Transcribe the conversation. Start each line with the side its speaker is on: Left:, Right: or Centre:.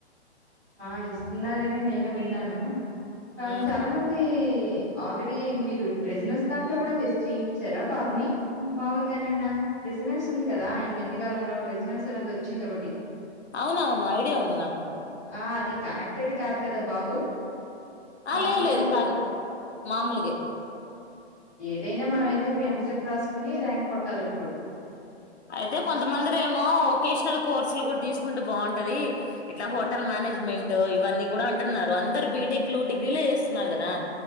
Centre: ఆ ఇస్తున్నారని నేను విన్నాను ఆ
Left: ఉమ్
Centre: చాలా మంది ఆల్రెడీ మీరు రెజినెన్స్ దాంట్లో కూడా చేర్పించారా బాబుని మామూలుగానన్న రెజినెన్స్ ఉంది కదా ఈ మధ్య కాలంలో రెజినెన్స్ అనేది వచ్చింది ఒకటి
Left: అవునవును ఐడియా ఉంది నాకు
Centre: ఆ అది కనెక్టెడ్ కాదు కదా బాబు
Left: ఆ
Centre: మామూలుగానే
Left: లేదు లేదు
Centre: చదువు
Left: కాదు మామూలుగే
Centre: ఏదైన్ మన అయితే ఇప్పుడు ఎంసెట్ రాసుకోని ర్యాంక్ కొట్టాలి ఇప్పుడు
Left: అయితే కొంతమందిరేమో వకేషనల్ కోర్సులు కూడా తీసుకుంటూ బాగుంటది ఇట్లా హోటల్ మేనేజ్మెంట్ ఇవన్నీ కూడా అంటున్నారు అందరు బీటెక్ లు డిగ్రీలు చేస్తున్నారు కదా